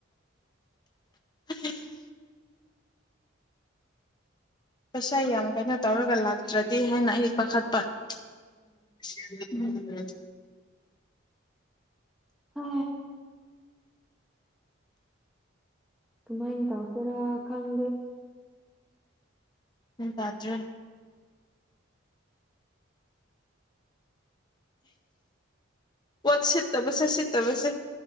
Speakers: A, on the left; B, in the centre.
A: <unintelligible> ꯄꯩꯁꯥ ꯌꯥꯝ ꯀꯩꯅꯣ ꯇꯧꯔꯒ ꯂꯥꯛꯇ꯭ꯔꯗꯤ ꯍꯥꯏꯅ ꯑꯩ ꯄꯥꯈꯠꯄ ꯎꯝ ꯎꯝ
B: ꯍ ꯀꯃꯥꯏ ꯇꯁꯦꯔꯥ ꯈꯪ
A: ꯎ ꯇꯥꯗ꯭ꯔꯦ ꯄꯣꯠ ꯁꯤꯠꯇꯕꯁꯦ ꯁꯤꯠꯇꯕꯁꯦ